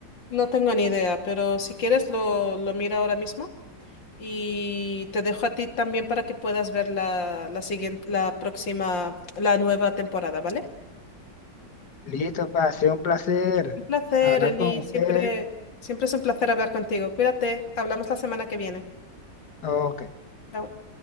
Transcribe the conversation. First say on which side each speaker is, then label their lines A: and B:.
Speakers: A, on the left; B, on the left.
A: No tengo ni idea, pero si quieres lo, lo miro ahora mismo y te dejo a ti también para que puedas ver la, la siguiente, la próxima, la nueva temporada, ¿vale?
B: Listo, pa, ha sido un placer
A: Un placer,
B: hablar
A: Eli.
B: con usted.
A: Siempre, siempre es un placer hablar contigo. Cuídate. Hablamos la semana que viene.
B: Ok.
A: Chao.